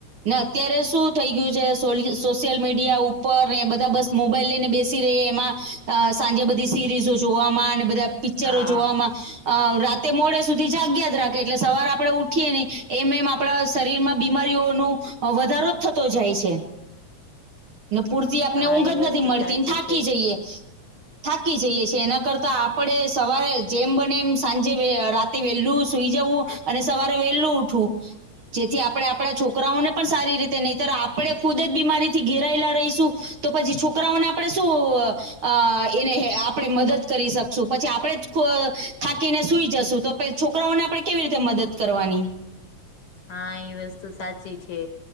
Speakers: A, on the right (about 50°); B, on the left (about 60°).
A: ને અત્યારે શું થઈ ગયું છે સોશિયલ મીડિયા ઉપર ને એ બધા બસ મોબાઈલ લઈને બેસી ર એમાં સાંજે બધી સિરીઝો જોવામાં અને બધા પિક્ચરો
B: હા
A: જોવામાં. અ રાતે મોડે સુધી જાગ્યા જ રાખે એટલે સવાર આપણેે ઉઠીએ નહી એમ એમ આપણા. શરીરમાં બીમારીઓ ન વધારો જ થતો જાય છે. ને પૂરતી આપને
B: હા
A: ઊંઘ
B: એ
A: જ નથી
B: વસ્તુ
A: મળતી
B: સાચી
A: થાકી
B: છે
A: જઈએ. થાકી જઈએ છે એના કરતા આપણે સવારે જેમ બને એમ સાંજે રાતે વેહેલું સુઈ જવું. અને સવારે વેલું ઉઠવું જેથી આપડે આપડા છોકરાઓને પણ સારી રીતે નઇ તર આપણે ખુદ જ બીમારીથી ઘેરાયેલા રઇશું. તો પછી છોકરાઓને આપડે શું અ એને હે આપણે મદદ કરી શકશું પછી આપણે ફ થાકીને સુઈ જશું તો પે છોકરાઓને આપડે કેવી રીતે મદદ કરવાની.
B: હા એ વસ્તુ સાચી છે